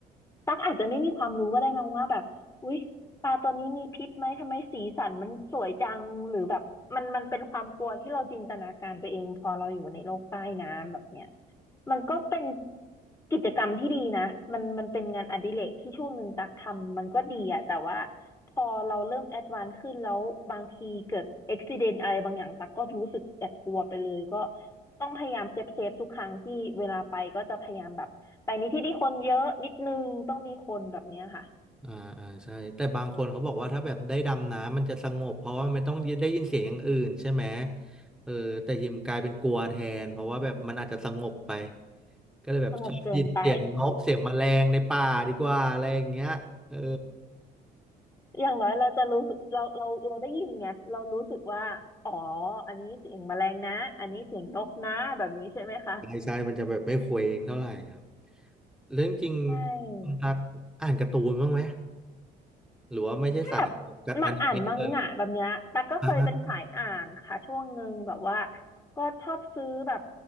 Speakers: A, on the left; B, in the centre.
A: ั๊กอาจจะไม่มีความรู้ก็ได้มั้งว่าแบบอุ๊ยปลาตัวนี้มีพิษไหมทำไมสีสันมันสวยจังหรือแบบมันมันเป็นความกลัวที่เราจินตนาการไปเองพอเราอยู่ในโลกใต้น้ำแบบเนี้ยมันก็เป็นกิจกรรมที่ดีนะมันมันเป็นงานอดิเรกที่ช่วงหนึ่งตักทำมันก็ดีอะแต่ว่าพอเราเริ่มแอดวานซ์ขึ้นแล้วบางทีเกิดอุบิเหตุอะไรบางอย่างตักก็รู้สึกแอบกลัวไปเลยก็ต้องพยายามเซฟเซฟทุกครั้งที่เวลาไปก็จะพยายามแบบ แต่นี้ที่ที่คนเยอะนิดนึงต้องมีคนแบบเนี้ยค่ะ
B: อ่าอ่าใช่แต่บางคนเขาบอกว่าถ้าแบบได้ดำน้ำมันจะสงบเพราะว่ามันต้องได้ยินเสียงอย่างอื่นใช่ไหมเออแต่ฮิมกลายเป็นกลัวแทนเพราะว่าแบบมันอาจจะสงบไปก็เลยแบบชอบยินเสียงนกเสียงแมลงในป่าดีกว่าอะไรอย่างเงี้ยเออ
A: สงบเกินไป <laughs> อย่างน้อยเราจะรู้สึกเราเราเราได้ยินไงเรารู้สึกว่าอ๋ออันนี้เสียงแมลงนะอันนี้เสียงนกนะแบบนี้ใช่ไหมคะ
B: ใช่ใช่มันจะแบบไม่เคว้งเท่าไหร่ครับเรื่องจริง
A: ใช่
B: คุณตักอ่านการ์ตูนบ้างไหมหรือว่าไม่ใช่สายกับอนิเมะเลย
A: ถ้าแบบมาอ่านมังงะแบบเนี้ยตั๊กก็เคยเป็นสายอ่านค่ะช่วงหนึ่งแบบว่า
B: อ่า
A: ก็ชอบซื้อแบบ